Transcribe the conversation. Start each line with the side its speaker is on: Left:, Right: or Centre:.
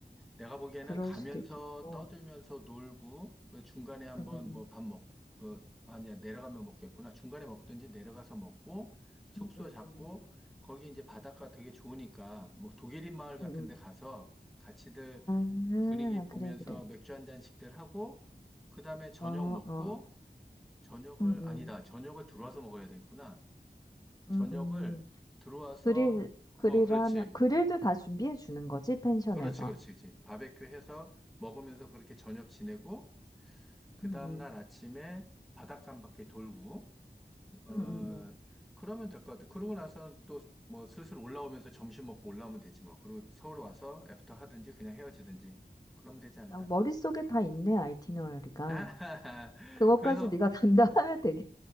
Centre: 내가 보기에는
Left: 그럴
Centre: 가면서
Left: 수도 있겠구나.
Centre: 떠들면서 놀고, 그 중간에 한번
Left: 응, 응,
Centre: 뭐 밥 먹, 그, 아니야, 내려가면 먹겠구나. 중간에 먹든지 내려가서 먹고, 숙소
Left: 응, 응,
Centre: 잡고,
Left: 응,
Centre: 거기 이제 바닷가 되게 좋으니까, 뭐 독일인 마을 같은
Left: 응, 응.
Centre: 데 가서 같이들
Left: 아,
Centre: 분위기 보면서
Left: 그래, 그래.
Centre: 맥주 한 잔씩들 하고, 그 다음에 저녁
Left: 어,
Centre: 먹고,
Left: 어,
Centre: 저녁을,
Left: 응, 응,
Centre: 아니다, 저녁을 들어와서 먹어야 되겠구나. 저녁을
Left: 응, 응.
Centre: 들어와서,
Left: 그릴,
Centre: 어,
Left: 그릴
Centre: 그렇지.
Left: 하면, 그릴도 다 준비해 주는 거지, 펜션에서.
Centre: 그렇지, 그렇지, 그렇지. 바베큐 해서 먹으면서 그렇게 저녁 지내고, 그
Left: 응,
Centre: 다음날
Left: 응,
Centre: 아침에 바닷가 한 바퀴 돌고, 어,
Left: 응, 응, 응.
Centre: 그러면 될 것 같아. 그러고 나서는 또 뭐 슬슬 올라오면서 점심 먹고 올라오면 되지 뭐. 그리고 서울 와서 애프터 하든지 그냥 헤어지든지. 그러면 되지 않을까?
Left: 아, 머릿속에 다 있네, 아이티너리가.
Centre: <laughs>
Left: 그것까지
Centre: 그래서,
Left: 네가 <laughs> 담당하면 되겠.